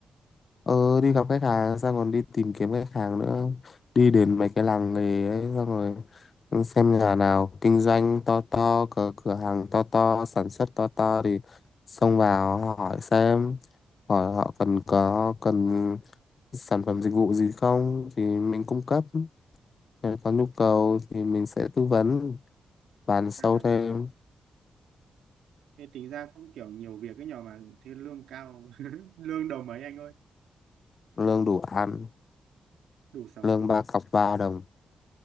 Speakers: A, on the left (about 55°); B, on the right (about 80°).
A: ờ đi gặp khách hàng xong còn đi tìm kiếm khách hàng nữa đi đến mấy cái làng nghề ấy xong rồi xem nhà nào kinh doanh to to cửa cửa hàng to to sản xuất to to thì xông vào hỏi xem hỏi họ cần có cần sản phẩm dịch vụ gì không thì mình cung cấp Nếu có nhu cầu thì mình sẽ tư vấn Bán sâu
B: Nên là
A: thêm,
B: thế tính ra cũng kiểu nhiều việc cái nhỏ mà thế lương cao <laughs> lương đầu mấy anh ơi
A: lương đủ ăn,
B: đủ sống
A: lương
B: thôi
A: ba
B: à?
A: cọc ba đồng,